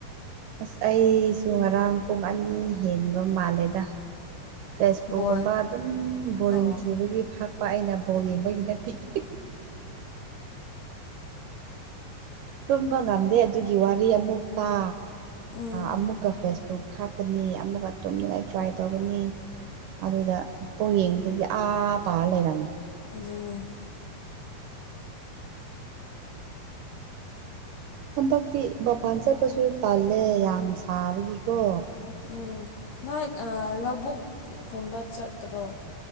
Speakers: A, on the right; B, on the left.
A: ꯑꯁ ꯑꯩꯁꯨ ꯉꯔꯥꯡ ꯄꯨꯡ ꯑꯅꯤ ꯍꯦꯟꯕ ꯃꯥꯜꯂꯦꯗ ꯐꯦꯁꯕꯨꯛꯀꯨꯝꯕ
B: ꯕꯣꯜ
A: ꯑꯗꯨꯝ ꯕꯣꯔꯤꯡ
B: ꯑꯣ
A: ꯆꯨꯕꯒꯤ ꯐꯥꯛꯄ ꯑꯩꯅ ꯕꯣꯜ ꯌꯦꯡꯕꯒꯤ ꯅꯠꯇꯦ <inaudible> ꯇꯨꯝꯕ ꯉꯝꯗꯦ ꯑꯗꯨꯒꯤ ꯋꯥꯔꯤ ꯑꯃꯨꯛ ꯇ
B: ꯎꯝ
A: ꯑꯃꯨꯛꯀ ꯐꯦꯁꯕꯨꯛ ꯊꯥꯛꯀꯅꯤ ꯑꯃꯨꯛꯀ ꯇꯨꯝꯅꯤꯡꯉꯥꯏ ꯇ꯭ꯔꯥꯏ ꯇꯧꯒꯅꯤ ꯑꯗꯨꯗ ꯄꯨꯡ ꯌꯦꯡꯕꯗꯗꯤ ꯑꯥ ꯇꯥꯔ ꯂꯩꯔꯝꯃꯤ
B: ꯑꯗꯨꯅꯦ <unintelligible>
A: ꯍꯟꯗꯛꯇꯤ ꯃꯄꯥꯟ ꯆꯠꯄꯁꯨ ꯇꯜꯂꯦ ꯌꯥꯝ ꯁꯥꯕꯒꯤꯀꯣ
B: ꯎꯝ ꯅꯣꯏ ꯂꯧꯕꯨꯛꯀꯨꯝꯕ ꯆꯠꯇ꯭ꯔꯣ